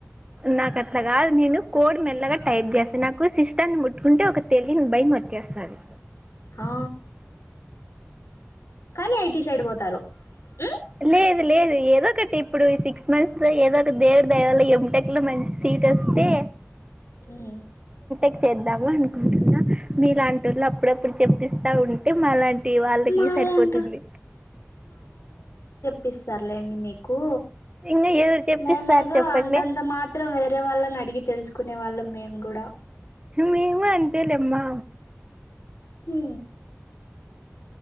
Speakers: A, on the right; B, on the left.
A: నాకు అట్లాగా నేను కోడ్ మెల్లగా టైప్ చేస్తా నాకు సిస్టర్న్ని ముట్టుకుంటే ఒక తెలియని భయం వట్టేస్తుంది
B: ఆ కానీ ఐటి సైడ్ పోతారు ఉమ్
A: లేదు లేదు ఏదో ఒకటి ఇప్పుడు సిక్స్ మంత్స్ లో ఏదో ఒకటి దేవుడు దయవాల ఎంటెక్ లో మంచి ఇటు వస్తే
B: ఈ
A: క్ చేద్దాము అనుకుంటున్నా మీలాంటి వాళ్ళు అప్పుడప్పుడు చెపిిస్తా ఉంట అంటే మలాంటి వాళ్ళకి
B: మాలాంట
A: సరిపోతుంది
B: పిస్తారులేండి మీకు
A: ఇంకా ఎవరు చెప్పిస్తారు
B: మేమేదో
A: చెప్పండి
B: అంతంత మాత్రం వేరే వాళ్ళ న అడిగి తెలుసుకునే వాళ్ళం మేము కూడా
A: మేము అంతే లేెమ్మా
B: హు